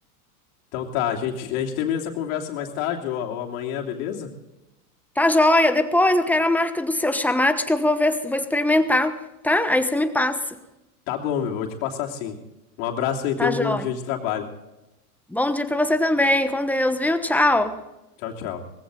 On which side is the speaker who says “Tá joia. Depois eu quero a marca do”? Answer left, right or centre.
Centre